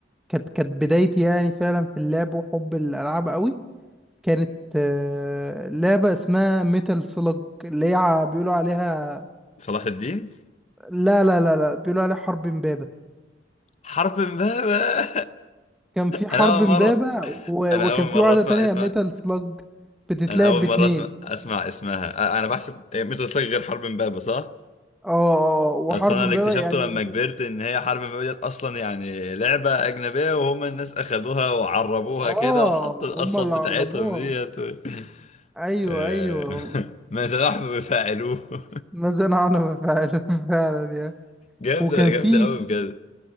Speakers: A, in the centre; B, on the left.
A: كانت كانت بدايتي يعني فعلا في اللعب وحب الالعاب قوي كانت آه، لعبة اسمها ميتال سلج اللي هي ع- بيقولوا عليها
B: صلاح الدين
A: لا لا لا لا بيقولوا عليه حرب امبابة
B: حرب امبابة <laughs>
A: كان في حرب
B: انا اول
A: امبابة
B: مره
A: و...
B: انا
A: وكان
B: اول
A: في
B: مره
A: واحدة
B: اسمع
A: تانية
B: اسمها
A: ميتال سلاج بتتلعب
B: انا اول
A: باتنين
B: مره اسمع اسمع اسمها أ- انا بحسب هي ميتو سلاج غير حرب امبابه صح
A: اه اه آه، وحرب
B: اصل انا
A: امبابة
B: اللي اكتشفته
A: يعني
B: لما كبرت ان هي حرب امبابه ديت اصلا يعني لعبه اجنبيه وهم الناس اخدوها وعربوها
A: اه
B: كده وحطوا الاصوات
A: هما اللي
B: بتاعتهم
A: عربوها
B: ديت و... <laughs>
A: ايوه
B: آه،
A: ايوه
B: <laughs> ما نحن بفاعلوه <laughs>
A: ما زنقنا فعلا <laughs> فعلا يعني
B: جامده
A: وكان في
B: جامده قوي بجد